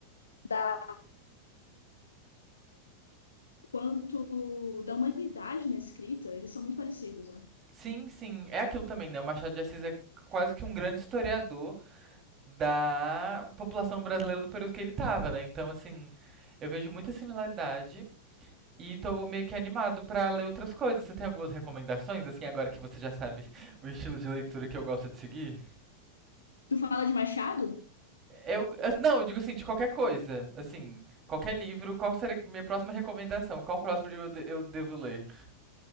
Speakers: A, on the left; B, on the right.
A: da Quanto da humanidade na escrita, eles são muito parecidos, né?
B: Sim, sim, é aquilo também, né? O Machado de Assis é quase que um grande historiador da população brasileira no período que ele estava, né? Então, assim, eu vejo muita similaridade E tô meio que animado pra ler outras coisas. Você tem algumas recomendações, assim, agora que você já sabe <laughs> o estilo de leitura que eu gosto de seguir?
A: Tu fala de Machado?
B: Eu, as- não, eu digo assim, de qualquer coisa. Assim, qualquer livro, qual será minha próxima recomendação? Qual próximo livro eu, de- eu devo ler?